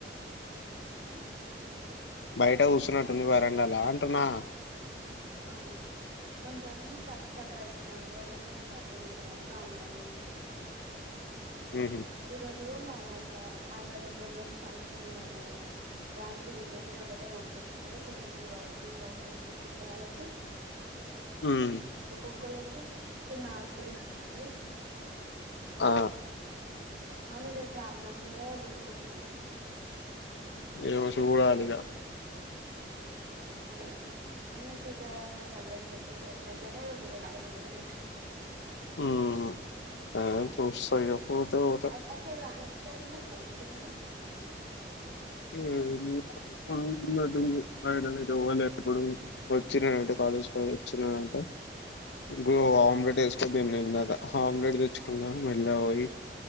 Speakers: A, on the right (about 75°); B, on the left (about 85°).
A: ఉమ్
B: బయట కూర్చున్నట్టుంది వరండాల అంటున్నా
A: ఆహా కొంచెం స్ట్రక్ స్ట్రక్ అయితుంది అందువల్ల కూడా నాకు అర్థం అయితలేదు కా అంటున్నా
B: ఉహు
A: ఈరోజు మా ఇంట్లా ఆన్యువల్ డే ప్రోగ్రామ్ ఫంక్షన్ ఉండే అన్నా కదా దానికి రిలేటెడ్ ఒకటి ట్టే పంపిస్తున్నారు కొన్ని వర్క్ కూడా అసైన్ చేస్తుండే వాళ్ళకి
B: ఉమ్
A: ఒక్కొక్కలకి సో నాకు కూడా ఇచ్చినారు
B: ఆ
A: అవును రేపు రామ్ నవమి కదా గుడికి పోతున్నావా
B: ఏదో చూడాలి ఇగ
A: ఉమ్ అయినా సీత రాములా కళ్యాణం అయితుంది కదా దగ్గరనే ఇగ గుడి అయితే వెళ్లు
B: ఉమ్ ఏ చూస్త ఇగ పోతే పోతా
A: అట్ పచాలు అనోచ్ ఉన్నట్టుందా క్లైమేట్ ఏమన్న
B: ఉమ్ ఉన్నటుంది బయట నైతే ఎవ్వరు లేరు వచ్చినానంటే కాలేజ్ పొయ్యి వచ్చినానంటే గో ఆమ్లెట్ వేసుకోని తిన్నా ఇందాక ఆమ్లెట్ తెచ్చుకున్న మెల్లగ పోయి